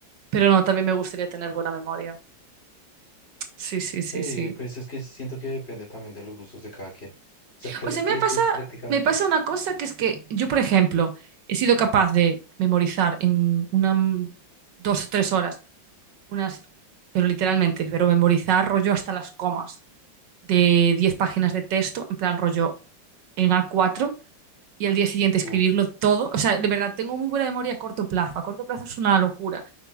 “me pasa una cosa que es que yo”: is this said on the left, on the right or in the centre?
Right